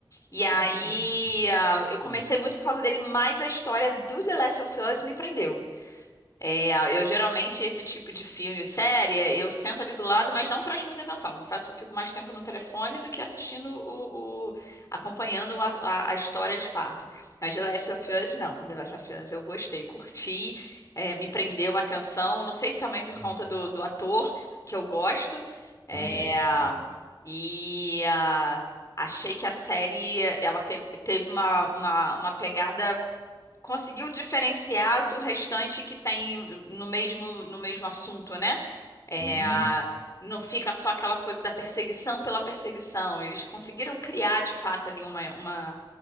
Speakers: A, on the left (about 40°); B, on the right (about 65°).
A: E aí
B: Ô, louco.
A: ah, eu comecei
B: Hum,
A: muito por causa dele, mas a história do The Last of Us me prendeu. É, eu geralmente, esse tipo de filme e série, eu sento ali do lado, mas não presto muita atenção. Confesso que eu fico mais tempo no telefone do que assistindo o, o- acompanhando a, a- a história de fato. Mas The Last of Us, não. The Last of Us eu gostei, curti, é, me
B: tá.
A: prendeu a atenção. Não sei se também por
B: Hum,
A: conta do, do ator, que eu gosto. É,
B: Também. Hum.
A: e ah, achei que a série, ela pe- teve uma, uma uma pegada conseguiu diferenciar do restante que tem no mesmo, no mesmo assunto, né? É,
B: Isso,
A: a- não fica só aquela coisa da perseguição pela perseguição. Eles conseguiram criar, de fato, ali uma, uma,